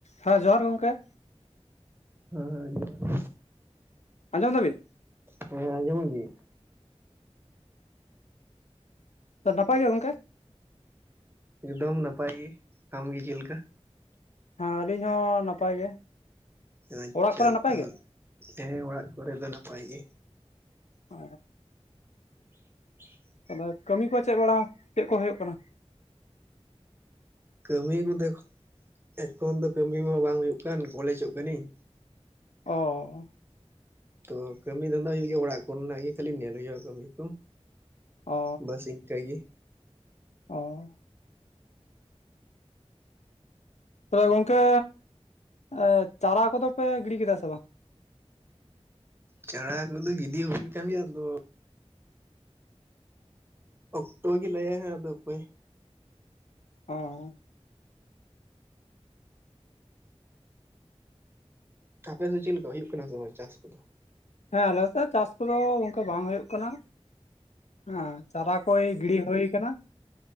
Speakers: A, on the left; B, on the right.
A: ᱦᱮᱸ ᱡᱚᱦᱟᱨ ᱜᱚᱝᱠᱮ
B: ᱦᱮᱸ ᱦᱮᱸ ᱡᱚᱦᱟᱨ ᱜᱮ
A: ᱟᱸᱡᱚᱢ ᱫᱟᱵᱤᱱ
B: ᱦᱮᱸ ᱟᱸᱡᱚᱢ ᱫᱤᱧ
A: ᱚ ᱱᱟᱯᱟᱭ ᱜᱮ ᱜᱚᱝᱠᱮ
B: ᱮᱠᱫᱚᱢ ᱱᱟᱯᱟᱭ ᱜᱮ ᱟᱢᱜᱮ ᱪᱮᱫ ᱞᱮᱠᱟ
A: ᱦᱮᱸ ᱟᱹᱞᱤᱧ ᱦᱚᱸ ᱱᱟᱯᱟᱭ ᱜᱮ
B: ᱟᱪᱪᱷᱟ
A: ᱚᱲᱟᱜ ᱠᱚᱨᱮ ᱱᱟᱯᱟᱭ
B: ᱛᱟᱦᱚᱞᱮ
A: ᱜᱮ?
B: ᱦᱮᱸ ᱚᱲᱟᱜ ᱠᱚᱨᱮ ᱫᱚ ᱱᱟᱯᱟᱭ ᱜᱮ
A: ᱚ
B: <inaudible>
A: ᱱᱚᱣᱟ ᱠᱟᱹᱢᱤ ᱠᱚ ᱪᱮᱫ ᱵᱟᱲᱟ ᱪᱮᱫ ᱠᱚ ᱦᱳᱭᱳᱜ ᱠᱟᱱᱟ
B: ᱠᱟᱹᱢᱤ ᱠᱚᱫᱚ ᱮᱠᱷᱚᱱ ᱫᱚ ᱠᱟᱹᱢᱤ ᱢᱟ ᱵᱟᱝ ᱦᱩᱭᱩᱜ ᱠᱟᱱ ᱠᱚᱞᱮᱡᱚᱜ ᱠᱟ. ᱱᱟ‌ᱧ
A: ᱚ
B: ᱛᱚ ᱠᱟᱹᱢᱤ ᱫᱷᱟᱱᱫᱟ ᱦᱩᱭᱩᱜ ᱜᱮᱭᱟ ᱚᱲᱟᱜ ᱠᱚᱨᱮᱱᱟᱜ ᱜᱮ ᱠᱷᱟᱞᱤ ᱧᱮᱞ ᱦᱩᱭᱩ ᱟ ᱠᱟᱹᱢᱤ ᱠᱚ
A: ᱚ
B: ᱵᱟᱥ ᱤᱱᱠᱟ. ᱭ ᱜᱮ
A: ᱚ ᱛᱚᱵᱮ ᱜᱚᱝᱠᱮ ᱮ ᱪᱟᱨᱟ ᱠᱚᱫᱚ ᱯᱮ ᱜᱤᱲᱤ ᱠᱮᱫᱟ ᱥᱮ ᱵᱟᱝ
B: ᱪᱟᱬᱟ ᱠᱚᱫᱚ ᱜᱤᱰᱤ ᱦᱩᱭ ᱠᱟᱱ ᱜᱮᱭᱟ ᱟᱫᱚ ᱚᱠᱛᱚ ᱜᱮ ᱞᱟᱹᱭᱟᱭ ᱦᱟᱜ ᱟᱫᱚ ᱦᱟᱯᱮ
A: ᱚ
B: ᱟᱯᱮ ᱫᱚ ᱪᱮᱫ ᱞᱮᱠᱟ ᱦᱩᱭᱩᱜ ᱠᱟᱱᱟ ᱥᱮ ᱵᱟᱝ ᱪᱟᱥ ᱠᱚᱫᱚ
A: ᱦᱮᱸ ᱟᱞᱮᱥᱮᱫ ᱪᱟᱥ ᱠᱚᱫᱚ ᱚᱝᱠᱟ ᱵᱟᱝ ᱦᱳᱭᱳᱜ ᱠᱟᱱᱟ ᱦᱮᱸ ᱪᱟᱨᱟ ᱠᱚᱭ ᱜᱤᱲᱤ ᱦᱳᱭ ᱠᱟᱱᱟ